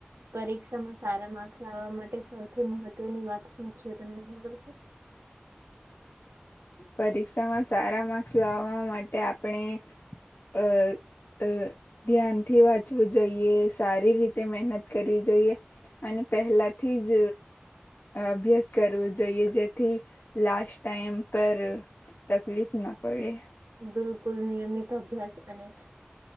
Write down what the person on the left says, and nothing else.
પરીક્ષામાં સારા માર્ક્સ લાવવા માટે આપણે અ અ ધ્યાનથી વાંચવું જોઈએ સારી રીતે મહેનત કરવી જોઈએ. અને પહેલાથી જ અભ્યાસ કરવો જોઈએ જેથી લાસ્ટ ટાઈમ પર તકલીફ ના પડે.